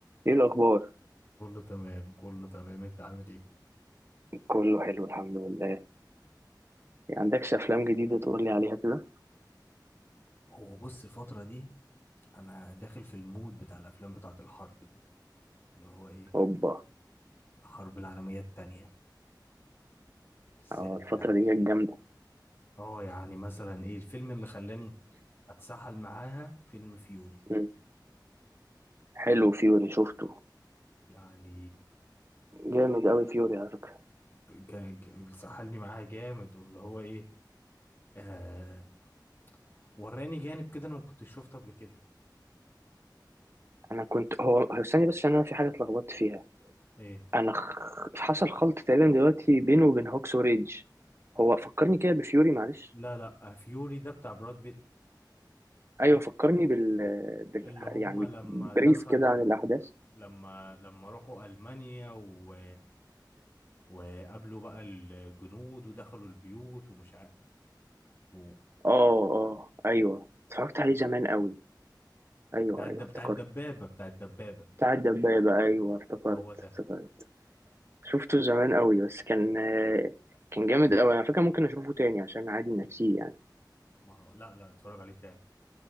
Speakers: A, on the right; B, on the left.
A: ايه الاخبار
B: كله تمام كله تمام انت عامل ايه
A: كله حلو الحمد لله يعني عندكش افلام جديده تقول لي عليها كده
B: هو بص الفترة دي أنا داخل في المود بتاع الأفلام بتاعة الحرب دي اللي هو إيه
A: اوبا
B: الحرب العالمية التانية بالذات
A: اه الفتره
B: يعني
A: دي كانت جامده
B: اه يعني مثلا ايه الفيلم اللي خلاني اتسحل معاها فيلم فيوري
A: مم. حلو فيوري شفته
B: يعني
A: جامد قوي فيوري على فكره
B: جا- جا- سحلني معاها جامد واللي هو ايه آه وراني جانب كده انا ما كنتش شفته قبل كده
A: انا كنت هو هو استني بس عشان انا في حاجه اتلخبطت فيها
B: ايه
A: انا خ... حصل خلط تقريبا دلوقتي بينه وبين هوكس وريدج هو فكرني كده بفيوري معلش
B: لا لا فيوري ده بتاع براد بيت
A: ايوه فكرني بال, بال...
B: اللي هم
A: يعني
B: لما
A: بريف
B: دخلوا
A: كده عن الاحداث
B: لما لما راحوا ألمانيا و... وقابلوا بقى الجنود ودخلوا البيوت ومش عارف و...
A: اه اه ايوه اتفرجت عليه زمان قوي ايوه
B: بتاع الد...
A: ايوه
B: بتاع
A: افتكرت
B: الدبابة بتاع الدبابة
A: بتاع الدبابة أيوه افتكرت
B: هو ده
A: افتكرت شفته زمان قوي بس كان آه، كان جامد قوي انا فاكر ممكن اشوفه تاني عشان عادي ناسيه يعني
B: ما هو... لا لا اتفرج عليه تاني